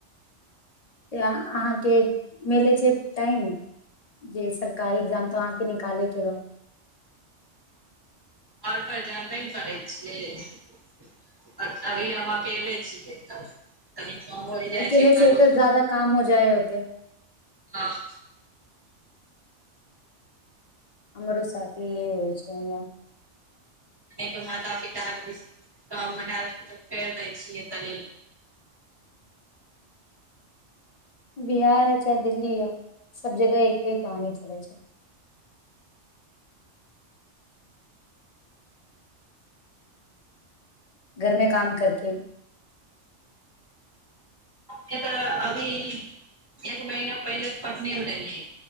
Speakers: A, on the left; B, on the right.
A: तऽ अहाँके मिलै छै टाइम जे सरकारी एग्जाम तऽ अहाँके निकालयके र -
B: आओर पर जानबे न करै छियै अभी हम अकेले छियै तब तनी काम होइ जाइ
A: अकेले
B: घरो
A: छै तऽ ज़्यदा काम हो जाए होते
B: हाँ
A: हमरो साथी ए होइ छै न
B: अपनेके मात पिता भी काम हाथ फेर दै छिय तनी
A: बिहार ह चाहे दिल्ली ह सभ जगह एके कहानी चलै छै घरमे काम करके
B: ने तऽ अभी एक महीना पहिले तऽ पटने मे रहियै